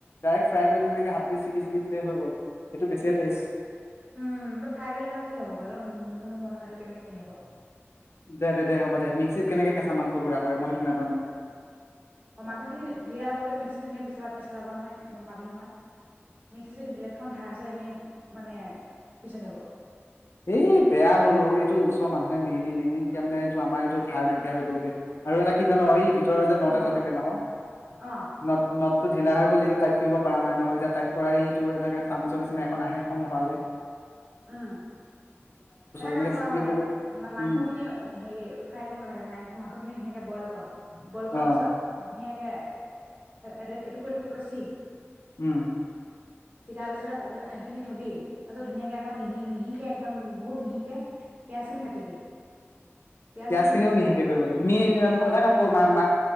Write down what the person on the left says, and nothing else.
ডাইৰেক্ট ফ্ৰাই কৰি পেল এনেকে হাতেৰে ছিগি চি। হৈ গ'ল সেইটো বেছিয়ে টেষ্ট
দে দে হ'ব দে মিক্সিত কেনেকে কেঁচা মাংস গুড়া কৰে মই সেইটো নাজানো।
এই বেয়া হ'লো এইটো ওচৰ মানুহে নি নি নি নি এতিয়া মানে এইটো আমাৰ এইটো ধাৰ নাইকিয়া হৈ গ'লগে আৰু এটা কি জান এইত যে নদ
এটা থাকে নহয়
নদ নদ তটো ঢিলা হৈ গ'ল এতিয়া টাইট কৰিব পৰা নাই নহয় এতিয়া টাইট কৰাই এইটো এনেকে চামুচৰ নিচিনা এখন আহে এখনো হৰালে।
এনেকে
ছিগি
পেলাই
উম
অ
উম।
পিয়াজ
খিনিও
মিহিকে
কৰিব লাগিব মিহি
এটা
কাম কৰো ম মা